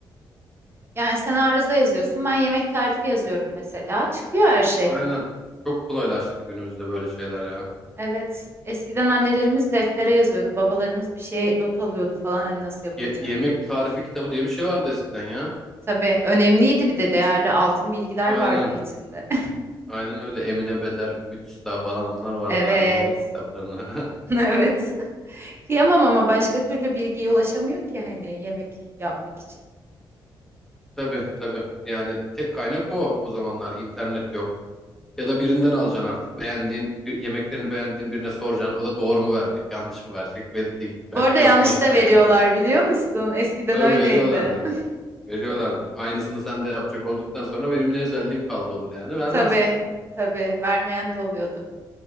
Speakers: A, on the right; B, in the centre.
A: Yani sen arıza yazıyorsun ben yemek tarifi yazıyorum mesela. Çıkıyor her şey.
B: Aynen. Çok kolaylaştı günümüzde böyle şeyler ya.
A: Evet eskiden annelerimiz deftere yazıyordu. Babalarımız bir şeye not alıyordu falan hani nasıl yapılacağını.
B: Ye- yemek tarifi kitabı diye bir şey vardı eskiden ya.
A: Tabii önemliydi bir de değerli altın bilgiler
B: Aynen.
A: vardı içinde. <laughs>
B: Aynen öyle. Emine Beder, Ümit Usta falan onlar vardı.
A: Evet.
B: Annem alıyordu kitaplarını.
A: <laughs> Evet. Kıyamam ama başka türlü bilgiye ulaşamıyor ki hani yemek yapmak için.
B: <laughs> Tabii tabii. Yani tek kaynak o o zamanlar. internet yok. Ya da birinden alacaksın artık. Beğendiğin, bir, yemeklerini beğendiğin birine soracaksın. O da doğru mu verecek, yanlış mı verecek belli değil. Belki
A: Bu arada yanlış
B: yapma istiyor
A: da veriyorlar
B: yani.
A: biliyor musun? Eskiden
B: Tabii
A: öyleydi.
B: veriyorlardır.
A: <laughs>
B: Veriyorlardır. Aynısını sen de yapacak olduktan sonra benim ne özelliğim kaldı olur yani. Vermez.
A: Tabii. Tabii vermeyen de oluyordu.